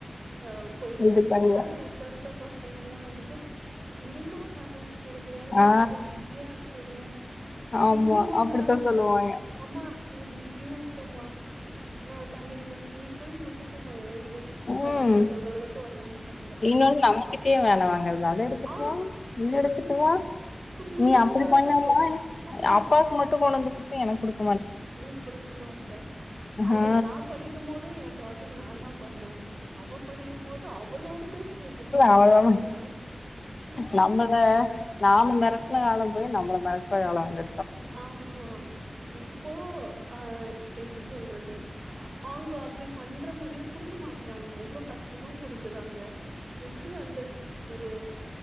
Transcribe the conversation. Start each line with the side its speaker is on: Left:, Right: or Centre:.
Right: ஆ போய்டுவ
Left: இது பண்ணுவ
Right: ஆனா இப்ப இருக்க பச அங்கல்லா வந்து இரும்மா வர எனக்கு வேல
Left: ஆ
Right: இருக்குல்ல பிஸியா இருக்குல்ல தண்ணி
Left: ஆமா
Right: மோண்வான்னா
Left: அப்படித்தா சொல்லுவாங்க
Right: கூட அம்மா நா பிஸியா இருக்கம்மா நா தண்ணி இல்ல நீ போய் மோண்டுக்கோமா எழ் ந்து அப்டின்
Left: ம்
Right: சொல்ற அளவுக்கு வளந்துட்டாங்க
Left: இன்னொன்னு நமக்கு குட்டியா வேல வாங்குறது அத எடுத்துட்டு
Right: ஆ
Left: வா இத எடுத்துட்டு
Right: அதேதான்
Left: வா
Right: குட்டியூண்டு
Left: நீ அப்படி
Right: தான்
Left: பண்ணல்ல
Right: இருக்கு ஆமா
Left: அப்பாவுக்கு மட்டு கொண்டந்து குடுத்த எனக்கு குடுக்
Right: ஏ குடுக்க மாட்ற அவ
Left: ஆ
Right: நா படிக்கும் போது எ ப்ராஜெக்ட் நாந் தா பண்ண அவ படிக்கு போது அவளோடுது சேத்து நாந் தா
Left: அவ்ளோ
Right: பண்ற இப்ப
Left: நம்மள நாம மெரட்ன காலம் போய் நம்மள மெரட்ற காலோ வந்து
Right: ஆமா இப்போ ஆ எப்டி சொல்றது ஆ அவங்க அப்டி பண்ற மாரியு குடுக்க மாட்றாங்க அவ்வளோ கஷ்டமா குடுக்குறாங்க எப்டி அந்த ஒரு